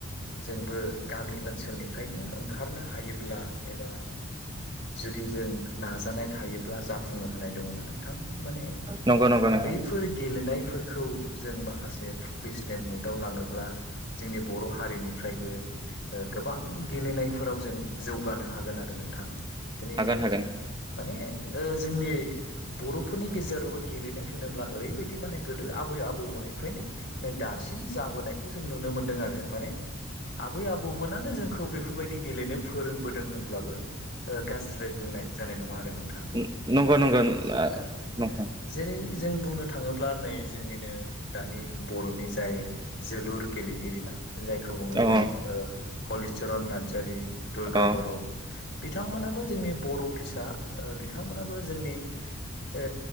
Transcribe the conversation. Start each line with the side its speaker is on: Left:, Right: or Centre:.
Left: जोंबो गामि ओनसोलनिफ्रायनो ओंखारनो हायोब्ला एबा जुदि जों नाजानाय थायोब्ला जाफुंनो हानाय दङ ना नों नोंथां माने
Right: नंगौ नंगौ नोंथां
Left: बे गेलेनायफोरखौ जों माखासे प्रफेसनेल मुदाव लाङोब्ला जोंनि बर' हारिनिफ्राय फायबो ओ गोबां गेलेनायफोराव जों जौगानो हागोन आरो नोंथां दिनै
Right: हागोन
Left: जों
Right: हागोन
Left: माने ओ जोंनि बर'फोरनि गेजेरावबो गेलेनाय होनोब अब्ला ओरैबायदि माने गोदो आबै आबौमोननिफ्रायनो नै दासिम जाबोनायखौ जों नुनो मोन्दों आरो माने। आबै आबौमोनानो जों खौ बेफोरबायदि गेलेनो फोरोंबोदों होनब्लाबो ओ गाज्रिद्राय बुंनाय जानाय नङा आरो नों नोंथां
Right: नंगौ
Left: जेर
Right: नंगौ
Left: औ
Right: नोंथां
Left: जेरै जों बुंनो थाङोब्ला नै जोंनिनो दानि बर'नि जाय जोलुर गेलेगिरि ना जायखौ बुङो
Right: औ
Left: जों ओ हलिचरन नार्जारि दुर्गा
Right: औ
Left: बर'बिथांमोनाबो जोंनि बर' फिसा ओ बिथांमोनाबो जोंनि ओ